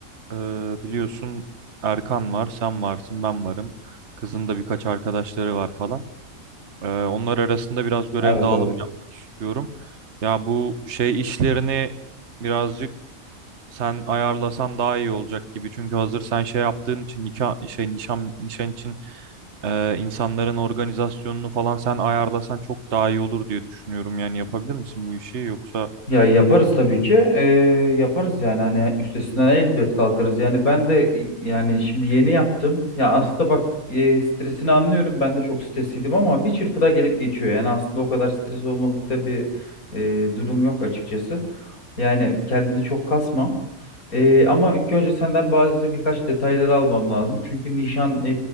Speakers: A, on the right; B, on the left.
A: e, biliyorsun Erkan var, sen varsın, ben varım. Kızın da birkaç arkadaşları var falan. E, onlar arasında biraz görev
B: Evet
A: dağılımı
B: evet.
A: yapmak istiyorum. Ya bu şey işlerini birazcık sen ayarlasan daha iyi olacak gibi. Çünkü hazır sen şey yaptığın için nikah şey nişan nişan için e, insanların organizasyonunu falan sen ayarlasan çok daha iyi olur diye düşünüyorum. Yani yapabilir misin bu işi yoksa
B: Ya yaparız tabii ki. Ee, yaparız yani hani üstesinden elbet kalkarız. Yani ben de i- yani şimdi yeni yaptım. Ya aslında bak e, stresini anlıyorum. Ben de çok stresliydim ama bir çırpıda gelip geçiyor. Yani aslında o kadar stres olmalıkta bir e, durum yok açıkçası. Yani kendini çok kasma. Ee, ama ilk önce senden bazı birkaç detayları almam lazım. Çünkü nişan e,